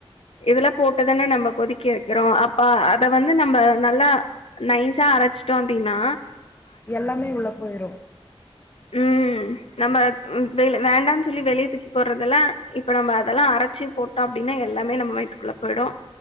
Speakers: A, on the left; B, on the left.
A: இதெல்லா போட்டுதான நம்ப கொதிக்க வெக்கிறோ அப்பா அத வந்து நம்ப நல்லா நைஸா அரைச்சிட்டோ அப்டின்னா
B: எல்லாமே உள்ள போயிரு
A: உம் நம்ப ம் வெல வேண்டான் சொல்லி வெளிய தூக்கி போட்றதெல்லா இப்ப நம்ப அதெல்லா அரைச்சி போட்டோ அப்டினா எல்லாமே நம்ம வைய்த்துக்குள்ள போயிடு